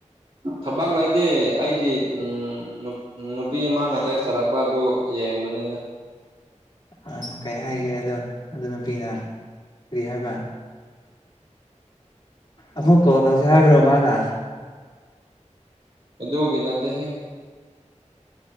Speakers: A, on the right; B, on the left.
A: ꯊꯕꯛ ꯂꯩꯇꯦ ꯑꯩꯒꯤ ꯎꯝ ꯅꯨ ꯎꯝ ꯅꯨꯄꯤꯃꯅꯥ ꯇꯦꯛꯁ ꯊꯥꯔꯛ ꯄꯥꯗꯨ ꯌꯦꯡꯕꯅꯤꯅ
B: ꯑ ꯀꯩ ꯍꯥꯏꯒꯦ ꯑꯗꯣ ꯑꯗꯨ ꯅꯨꯄꯤꯅ ꯀꯔꯤ ꯍꯥꯏꯕ꯭ꯔꯥ ꯑꯃꯨꯛ ꯀꯣꯜ ꯇꯧꯖꯦ ꯍꯥꯏꯕ꯭ꯔꯣ ꯃꯥꯅ
A: ꯑꯗꯨꯒꯤ ꯅꯠꯇꯦꯍꯦ